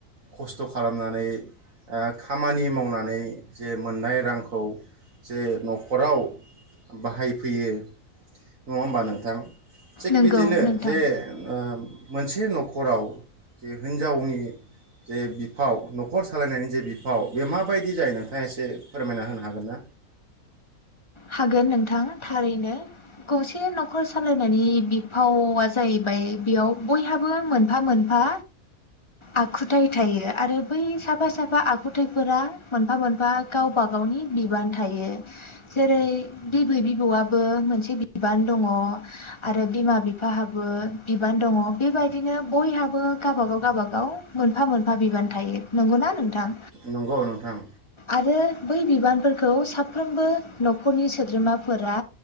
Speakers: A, on the right; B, on the left.
A: खस्थ' खालामनानै ओ खामानि मावनानै जे मोननाय रांखौ जे नखराव बाहायफैयो नङा होमबा नोंथां थिग
B: नंगौ
A: बिदिनो
B: नोंथां
A: जे ओ मोनसे नखराव जे हिनजावनि जे बिफाव न'खर सालायनायनि जे बिफाव बे माबायदि जायो नोंथाङा एसे फोरमायना होनो हागोन ना?
B: हागोन नोंथां थारैनो गसे न'खर सालायनायनि बिफावा जाहैबाय बेयाव बयहाबो मोनफा मोनफा आखुथाय थायो आरो बै साफा साफा आखुथायफोरा मोनफा मोनफा गावबा गावनि बिबान थायो। जेरै बिबै बिबौआबो मोनसे बिबान दङ आरो बिमा बिफाहाबो बिबान दङ बेबायदिनो बयहाबो गावाबागाव गावाबागाव मोनफा मोनफा बिबान थायो। नंगौना नोंथां?
A: नंगौ नोंथां।
B: आरो बै बिबानफोरखौ साफ्रोमबो नखरनि सोद्रोमाफोरा